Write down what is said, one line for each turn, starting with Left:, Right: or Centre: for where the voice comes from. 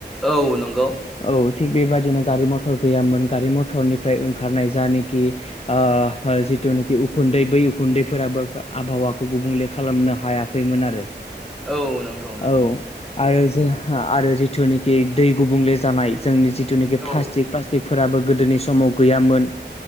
Centre: औ नंगौ।
Left: औ थिग बेबादिनो गारि मथर गैयामोन गारि मथरनिफ्राय ओंखारनाय जानोखि ओ जिथुनाखि उखुन्दै बै उखुन्दैफोराबो आबहावाखौ गुबुंले खालामनो हाया होैमोन आरो
Centre: औ नंगौ नंगौ
Left: औ आरो जेहा आरो जिथुनाखि दै गुबुंले जानाय जोंनि जि थुनाखि
Centre: औ
Left: फ्लासतिक फ्लासतिक फोराबोबो गोदोनि समाव गैयामोन।